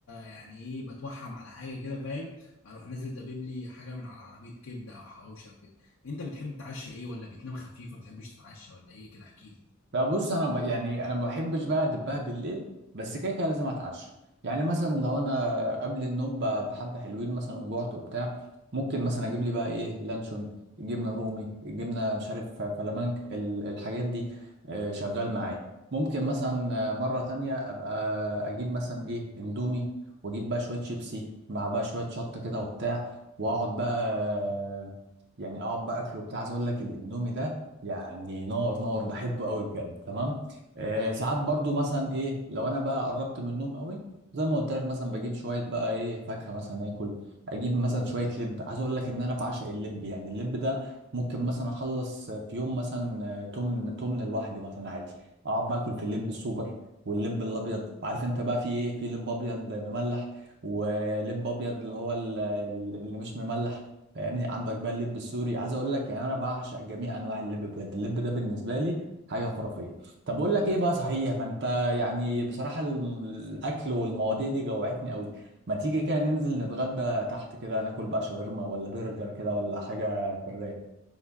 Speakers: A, on the left; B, on the right.
A: يعني ايه بتوحم على حاجه كده فاهم اروح نازل دبيب لي حاجه من على عربيه كبده او حواوشي او كده انت بتحب تتعشى ايه ولا بتنام خفيف ما بتحبش تتعشى ولا ايه كده احكي لي
B: لا بص انا ب... يعني انا ما بحبش بقى ادبها بالليل بس كده كده لازم اتعشى يعني مثلا لو انا قبل النوم ب- بحبه حلوين مثلا وجعت وبتاع ممكن مثلا اجيب لي بقى ايه لانشون جبنه رومي جبنه مش عارف فلامنك ال- الحاجات دي آه، شغال معايا ممكن مثلا آه، مره تانية ابقى اجيب مثلا ايه اندومي واجيب بقى شويه شيبسي مع بقى شويه شطه كده وبتاع واقعد بقى آه، يعني اقعد بقى اكله وبتاع عايز اقول لك الاندومي ده يعني نار نار بحبه قوي بجد تمام آه ساعات برضو مثلا ايه لو انا بقى قربت من النوم قوي زي ما قلت لك مثلا بجيب شويه بقى ايه فاكهه مثلا اكل اجيب مثلا شويه لب عايز اقول لك ان انا بعشق اللب يعني اللب ده ممكن مثلا اخلص في يوم مثلا آه، تمن تمن لوحدي مثلا عادي اقعد بقى اكل في اللب السوبر واللب الابيض عارف انت بقى في ايه في لب ابيض مملح ولب ابيض اللي هو ال- اللي مش مملح فاهمني عندك بقى اللب السوري عايز اقول لك يعني انا بعشق جميع انواع اللب بجد اللب ده بالنسبه لي حاجه خرافيه طب اقول لك ايه بقى صحيح ما انت يعني بصراحه ال- الاكل والمواضيع دي جوعتني قوي ما تيجي كده ننزل نتغدى تحت كده ناكل بقى شاورما ولا برجر كده ولا حاجه في الرايق